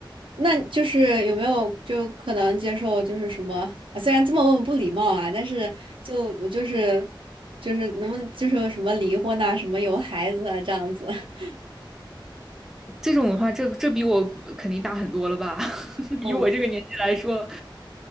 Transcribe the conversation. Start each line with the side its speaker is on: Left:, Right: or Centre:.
Right: 那就是有没有就可能接受就是什么啊虽然这么问不礼貌啊，但是就我就是就是能不能就是什么离婚呐、什么有孩子啊这样子。<laughs>
Centre: 这种的话，这这比我肯定大很多了吧？<laughs>
Right: 嗯
Centre: 以我这个年纪来说，